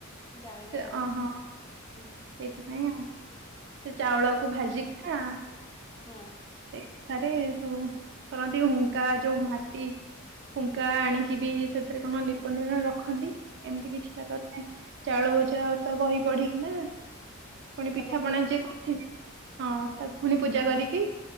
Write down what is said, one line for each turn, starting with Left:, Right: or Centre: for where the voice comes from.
Left: ଜାଣିନି
Right: ସେ
Left: ଆଉ
Right: ଅହଁ ସେଇଥିପାଇଁ
Left: ହୁଁ
Right: ଆଉ ସେ ଚାଉଳକୁ ଭାଜିକିନା
Left: ହୁଁ ହୁଁ।
Right: ସେଠାରେ ସବୁ କରନ୍ତି ହୁଙ୍କା ଯୋଉ ମାଟି ହୁଁଙ୍କା ଆଣିକି ବି ସେଥିରେ କଣ ଲିପନ୍ତି ନା ରଖନ୍ତି ଏମିତି କିଛି ତାର ଥାଏ। ଚାଉଳ ଭଜା ଓଷା ବହି ପଢିକିନା ପୁଣି
Left: ଓଷା
Right: ପିଠା
Left: କରୁଛନ୍ତି
Right: ପଣା ଯିଏ ହଁ ତାକୁ ପୁଣି ପୂଜା କରିକି